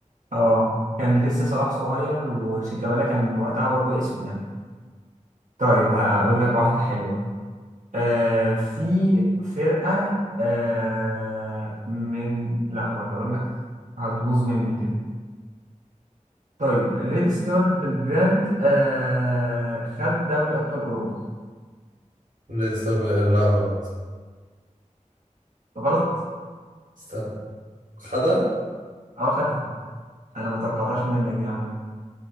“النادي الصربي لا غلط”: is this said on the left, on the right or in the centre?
Right